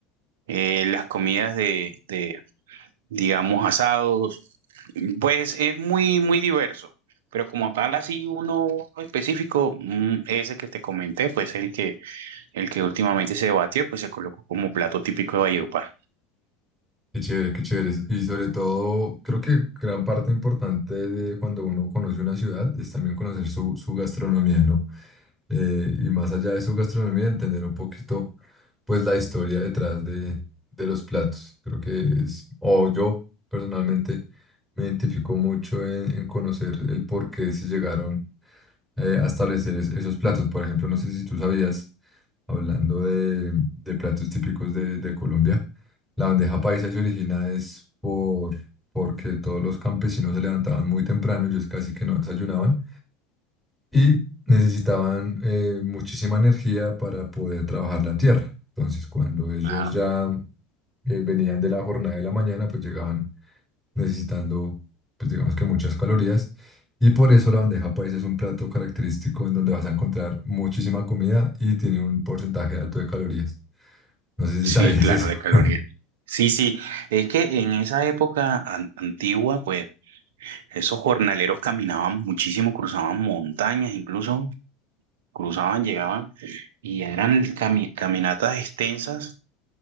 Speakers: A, on the right (about 80°); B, in the centre.
A: Eh, las comidas de, de, digamos, asados, pues es muy, muy diverso. Pero como tal, así uno específico, mm, ese que te comenté, pues el que, el que últimamente se debatió, pues se colocó como plato típico de Valledupar.
B: Qué chévere, qué chévere. Y sobre todo, creo que gran parte importante de cuando uno conoce una ciudad es también conocer su, su gastronomía, ¿no? Eh, y más allá de su gastronomía, entender un poquito, pues, la historia detrás de, de los platos. Creo que es, o yo personalmente me identifico mucho en, en conocer el por qué se llegaron eh, a establecer es- esos platos. Por ejemplo, no sé si tú sabías, hablando de, de platos típicos de, de Colombia, la bandeja paisa se origina es por, porque todos los campesinos se levantaban muy temprano, ellos casi que no desayunaban, y necesitaban eh, muchísima energía para poder trabajar la tierra. Entonces, cuando ellos
A: Claro.
B: ya eh, venían de la jornada de la mañana, pues llegaban necesitando, pues digamos que muchas calorías. Y por eso la bandeja paisa es un plato característico en donde vas a encontrar muchísima comida y tiene un porcentaje alto de calorías. No sé si
A: Sí,
B: sabías
A: claro,
B: eso.
A: de calorías.
B: <laughs>
A: Sí, sí, es que en esa época an- antigua, pues esos jornaleros caminaban muchísimo, cruzaban montañas, incluso cruzaban, llegaban y eran cami- caminatas extensas